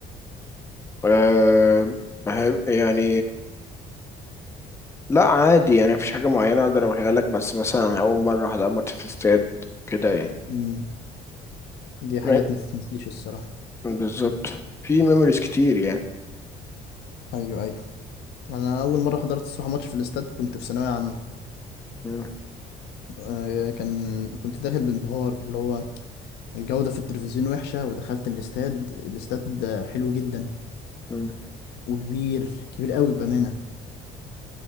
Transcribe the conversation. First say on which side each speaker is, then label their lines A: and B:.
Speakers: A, on the left (about 15°); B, on the left (about 75°).
A: أه بحب- يعني لا عادي يعني مفيش حاجة معينة أقدر أقولها لك بس مثلا أول مرة أحضر ماتش في استاد كده يعني
B: مم. دي حاجات
A: م-
B: ما تتنسيش الصراحة
A: بالظبط في ميموريز كتير يعني
B: ايوه ايوه انا اول مره حضرت الصراحه ماتش في الاستاد كنت في ثانويه عامه
A: مم.
B: آه، كان كنت داخل بانبهار اللي هو الجودة في التلفزيون وحشة ودخلت الاستاد الاستاد آه، حلو جدا
A: مم.
B: وكبير كبير قوي بأمانة